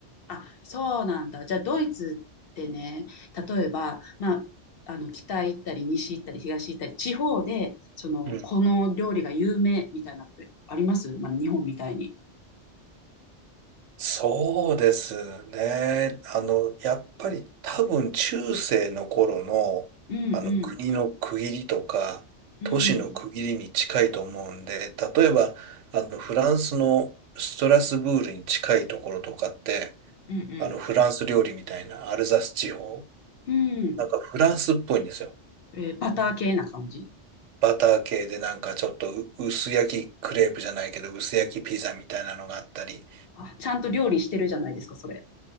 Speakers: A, on the left (about 60°); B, on the right (about 85°).
A: あ、そうなんだ。じゃあ、ドイツってね、例えば、まあ、あの、北行ったり、西行ったり、東行ったり、地方で、その、
B: うん。
A: この料理が有名みたいなってありますまあ、日本みたいに。
B: そうですね。あの、やっぱり多分中世の頃の、
A: うんうん、
B: あの、国の区切りとか、
A: うん、
B: 都市の区切りに近いと思うんで、例えば、あの、フランスのストラスブールに近いところとかって、
A: うん、うん、
B: あの、フランス料理みたいなアルザス地方、
A: うん。
B: なんかフランスっぽいんですよ。
A: えーバター系な感じ。
B: バター系でなんかちょっとう薄焼きクレープじゃないけど、薄焼きピザみたいなのがあったり、
A: あ、ちゃんと料理してるじゃないですか、それ。